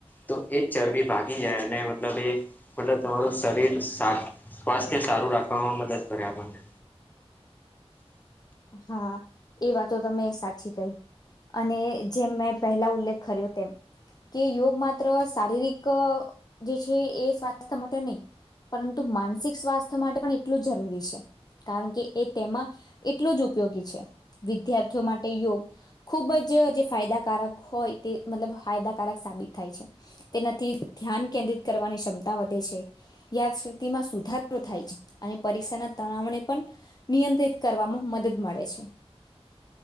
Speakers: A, on the left; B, on the left.
A: તો એ ચરબી ભાગી જાય અને મતલબ એ મતલબ તમારું શરીર સ્વાસ્થ્ય સારું રાખવામાં મદદ કરે આપણને
B: હા એ વાતો તમે સાચી કહી અને જેમ મેં પહેલા ઉલ્લેખ કર્યો તેમ કે યોગ માત્ર શારીરિક જે છે એ સ્વાસ્થ્ય માટે નહી પરંતુ માનસિક સ્વાસ્થ્ય માટે પણ એટલું જ જરૂરી છે કારણ કે એ તેમાં એટલો જ ઉપયોગી છે વિદ્યાર્થીઓ માટે યોગ ખૂબ જ જે ફાયદાકારક હોય તે મતલબ ફાયદાકારક સાબિત થાય છે તેનાથી ધ્યાન કેન્દ્રિત કરવાની ક્ષમતા વધે છે યાદશક્તિ માં સુધારો થાય છે અને પરીક્ષા ના તણાવને પણ નિયંત્રિત કરવામાં મદદ મળે છે